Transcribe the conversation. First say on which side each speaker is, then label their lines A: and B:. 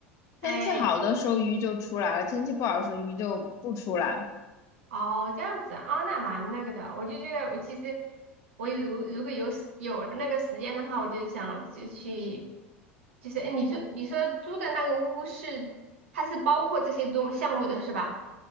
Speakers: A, on the left (about 50°); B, on the right (about 70°).
A: 天气好的时候鱼就出来了，
B: 哎。
A: 天气不好的时候鱼就不出来。
B: 哦，这样子啊，哦那蛮那个的。我就觉得，我其实我如如果有时有那个时间的话，我就想就去，就是哎，你住你说租的那个屋是它是包括这些东项目的是吧？